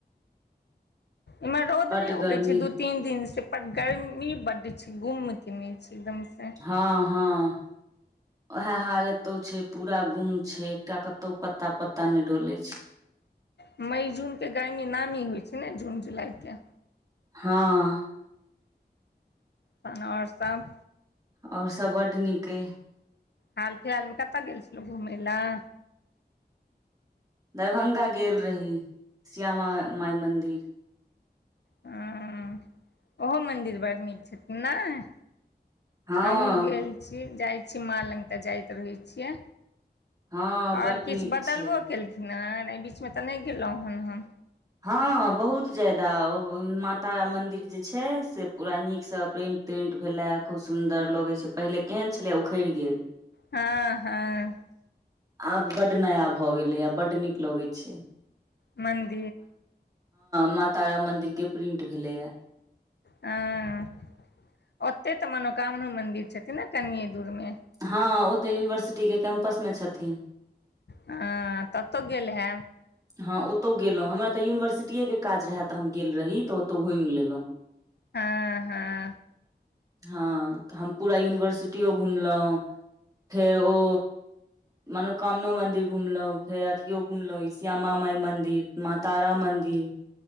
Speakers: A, on the left (about 80°); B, on the right (about 20°).
A: इमहर रौद
B: बड्ड
A: नहि उगे
B: गर्मी
A: छै दू तीन दिन से पर गर्मी बड्ड छै गुम के न छै एकदम से
B: हँ हँ उएह हाल एतौ छै पूरा गुम छै एकटा कतौ पत्ता पत्ता नहि डोले छै
A: मइ जून के गर्मी नामी होइत छै ने जून जुलाइके
B: हाँ
A: तहन आओर सभ
B: आओर सभ बड नीक अइ
A: हाल फिलहालमे कतऽ गेल छल घुमै लए
B: दरभंगा गेल रही श्यामा माइ मन्दिर
A: हँ हुँ -ओहो मन्दिर बड़ नीक छथिन ने
B: हँ
A: हमहूँ गेल छी जाइ छी मां लग तऽ जाइत रहै छियै
B: हँ बड
A: आओर
B: नीक
A: किछु बदलबो
B: छै
A: केलखिन हेँ एहि बीचमे तऽ नहि गेलहुँ हेन हम
B: हँ बहुत जादाा माता मंदिर जे छै से पूरा नीकसँ प्रेंट प्रेंट भेलेआ खूब सुंदर लगे छै पहिले केहन छले उखैड़ गेल
A: हँ हँ
B: आब बड नया भऽ गेलै आ बडड नीक लगै छै
A: मन्द
B: मां तारा मंदिर के प्रिंट भेलेया
A: हँ ओते तऽ मनोकामना मंन्दिर छथिन ने कनिये दूर मे
B: हँ ओ तऽ यूनिवर्सिटीक के कैम्पस मे छथिन
A: हँ त ओतऽ गेल हैब
B: हँ ओतहु गेलहुँ हमरा तऽ यूनिवर्सिटीएके काज रहय तऽ हम गेल रही तऽ ओतहु घुमि लेलहुँ
A: हँ हँ
B: हँ तऽ हम पूरा यूनिवर्सिटियो घुमलहुँ फेर ओ मनोकामना मंदिर घुमलो फेर अथियो घुमलों इस श्यामा माइ मन्दिर माँ तारा मन्दिर